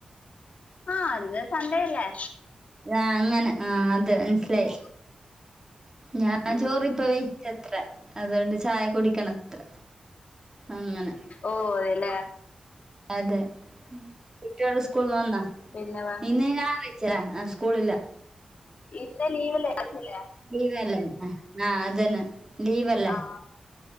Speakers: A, on the left; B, on the right.
A: ആഹ് ഇന്ന് സൺഡേ അല്ലേ
B: ആഹ് അങ്ങനെ ആഹ്‌ അത് മൻസ്സിലായി
A: ഉം
B: ഞാൻ
A: ഉം
B: ചോറിപ്പം കയ്ച്ച ത്രേ അതോണ്ട് ചായകുടിക്കണം ത്രേ അങ്ങനെ
A: ഓഹ് അതെലേ
B: അതെ കുട്ട്യാള് സ്കൂൾന്ന് വന്നാ
A: പിന്നെ വേ
B: ഇന്ന് ഞാറ് ചലെ ആഹ് സ്കൂളില്ല
A: ഇന്ന് ലീവില്ലെ <unintelligible>
B: ലീവല്ലെ ആഹ്‌ അതെന്നെ ലീവല്ലെ
A: ആഹ്